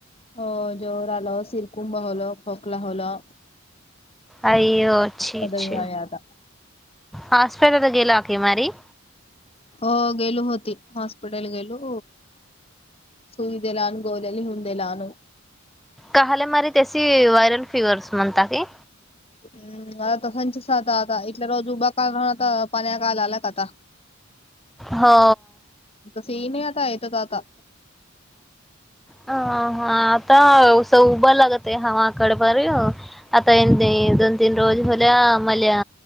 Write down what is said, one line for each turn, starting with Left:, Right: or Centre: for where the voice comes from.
Left: हो जोर आल सिरकुंभ होल खोकला होल
Centre: अयो अ्छ अछ
Left: कदळी आहे आता
Centre: हॉस्पिटल तर गेला की मारी
Left: हो गेलू होती हॉस्पिटल गेलू सई दे लाहान गोलेली हे लहान
Centre: काले मारी त्याशी वयरल फिवर्स म्हणता की
Left: हम्म आता संचसता आता इटल्या रोज उभा काहणारता पान्या काल आला का आता
Centre: हो
Left: सी नाही आता येत आता
Centre: अ हा आता व्यवसा उभं लागत आहे हवाकडे बारी आता ए दोन तीन रोज होल्या मल्या